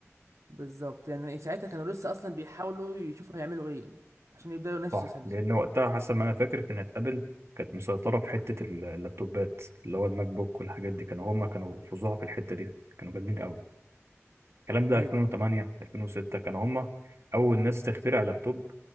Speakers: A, on the right; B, on the right.
A: بالظبط يعني ساعتها كانوا لسه اصلا بيحاولوا يشوفوا هيعملوا ايه عشان يبداوا ينافسوا
B: صح
A: سامسونج
B: لان وقتها حسب ما انا فاكر كانت ابل كانت مسيطره في حته ال- اللابتوبات اللي هو الماك بوك والحاجات دي كانوا هم كانوا فظاع في الحته دي كانوا جامدين قوي الكلام ده
A: ايوه
B: 2008
A: ايوه
B: 2006 كانوا هم اول ناس تخترع لابتوب